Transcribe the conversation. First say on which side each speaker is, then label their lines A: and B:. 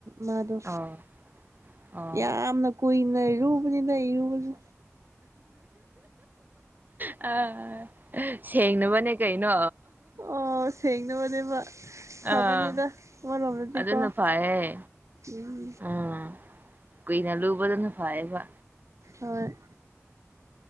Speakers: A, on the right; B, on the right.
A: ꯃꯥꯗꯣ
B: ꯑꯣ ꯑꯣ
A: ꯌꯥꯝꯅ ꯀꯣꯅ ꯔꯨꯕꯅꯤꯅ ꯏꯔꯨꯕꯥꯖꯨ
B: ꯑ ꯁꯦꯡꯅꯕꯅꯦ ꯀꯩꯅꯣ
A: ꯑꯣ ꯁꯦꯡꯅꯕꯅꯦꯕ
B: ꯑꯥ
A: ꯐꯕꯅꯤꯗ ꯑꯃꯔꯣꯝꯗꯗꯤꯀꯣ
B: ꯑꯗꯨꯅ ꯐꯩꯌꯦ
A: ꯎꯝ
B: ꯑꯥ ꯀꯨꯏꯅ ꯂꯨꯕꯗꯨꯅ ꯐꯌꯦꯕ
A: ꯍꯣꯏ